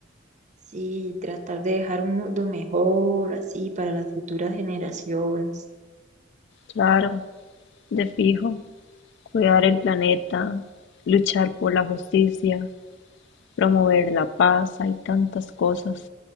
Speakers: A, on the right; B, on the left.
A: Sí, tratar de dejar un mundo mejor, así, para las futuras generaciones.
B: claro, de fijo, cuidar el planeta, luchar por la justicia, promover la paz, hay tantas cosas.